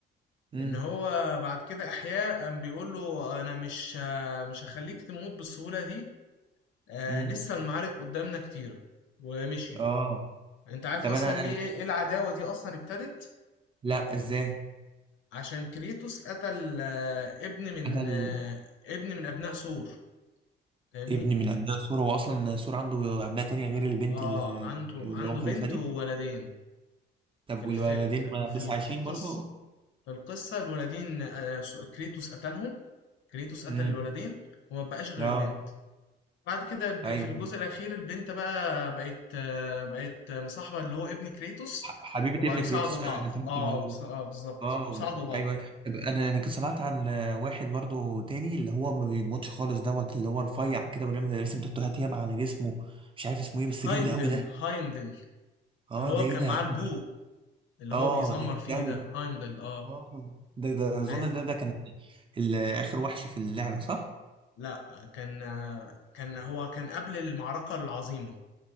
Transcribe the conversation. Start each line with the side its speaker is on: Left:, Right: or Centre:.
Right: امم
Left: ان هو بعد كده احياء قام بيقول له انا مش آه مش هخليك تموت بالسهولة دي آه
Right: امم
Left: لسه المعارك قدامنا كتيرة ومشي
Right: اه
Left: انت عارف
Right: طب
Left: اصلا
Right: انا
Left: ليه ايه إيه العداوة دي اصلا ابتدت
Right: لا ازاي
Left: عشان كريتوس قتل آه ابن من
Right: قتل
Left: آه ابن من ابناء ثور فاهمني
Right: ابن من ابناء سور هو اصلا سور عنده ابناء تانية غير البنت
Left: اه
Right: اللي,
Left: عنده
Right: اللي
Left: عنده
Right: هو مخلفها
Left: بنت
Right: دي
Left: وولدين
Right: طب
Left: في ال-
Right: والولدين
Left: في ال-
Right: ما
Left: في
Right: لسه
Left: القصة
Right: عايشين برضه
Left: في القصة الولدين آه، سو- كريتوس قتلهم كريتوس قتل
Right: امم
Left: الولدين وما بقاش غير
Right: اه
Left: البنت بعد كده ب-
Right: ايوه
Left: في الجزء الأخير البنت بقى بقت آه، بقت مصاحبة اللي هو ابن كريتوس
Right: ح- حبيبه
Left: وبقوا
Right: ابن
Left: يساعدوا
Right: كريتوس
Left: بعض
Right: أيوة، أنا فهمت
Left: اه
Right: الموضوع
Left: بص-
Right: ده
Left: آه، بالظبط
Right: اه
Left: يساعدوا بعض
Right: ايوه انا انا كنت سمعت عن واحد برضو تاني اللي هو ما بيموتش خالص دوت اللي هو رفيع كده ولما رسم تاتوهات ياما على جسمه مش عارف اسمه ايه بس
Left: هايمدل
Right: جامد قوي ده
Left: هايمدل
Right: اه
Left: اللي هو
Right: ده ايه
Left: كان
Right: ده
Left: معاه
Right: يا عم
Left: البو اللي
Right: اه
Left: هو بيزمر
Right: ده
Left: فيه
Right: جامد
Left: ده
Right: قوي ده
Left: هايمدل اه
Right: اه ده ده اظن
Left: عايز
Right: ده ده كان ال- اخر وحش في اللعبه صح؟
Left: لا كان آه، كان هو كان قبل المعركة العظيمة